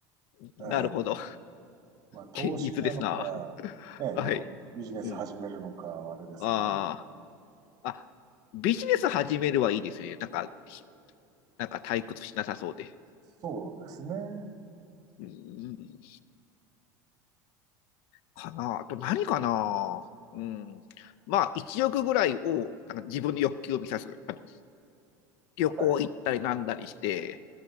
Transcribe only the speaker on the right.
ええまあ、投資なのか、
ね、あの、
ビジネス始めるのかはあれですけど、
そうですね。は
い。